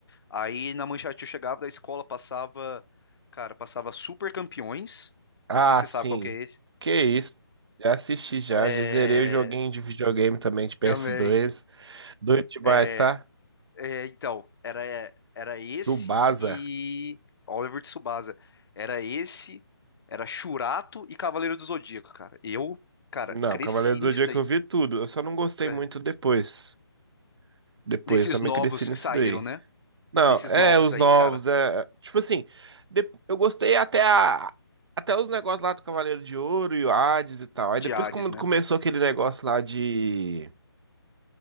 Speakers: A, on the left; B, on the right.
A: Aí na Manchete eu chegava da escola, passava, cara, passava Super Campeões.
B: Ah,
A: Não sei se você
B: sim.
A: sabe qual que é esse.
B: Que isso? Já assisti já,
A: É.
B: já zerei o joguinho de videogame também de PS2.
A: Também.
B: Doido demais,
A: É,
B: tá?
A: É, então, era, era esse
B: Tsubasa.
A: e Oliver de Tsubasa. Era esse, era Shurato e Cavaleiro do Zodíaco, cara. Eu, cara,
B: Não,
A: cresci
B: Cavaleiro do
A: nisso
B: Zodíaco
A: daí.
B: eu vi tudo. Eu só não gostei
A: né?
B: muito depois. Depois,
A: Nesses
B: eu também
A: novos
B: cresci nesse
A: que saíram,
B: daí.
A: né?
B: Não,
A: Nesses
B: é,
A: novos
B: os
A: aí,
B: novos,
A: cara,
B: é. Tipo assim, de- eu gostei até a. Até os negócios lá do Cavaleiro de Ouro e o Hades e tal.
A: de
B: Aí depois,
A: Hades,
B: quando
A: né?
B: começou aquele negócio lá de.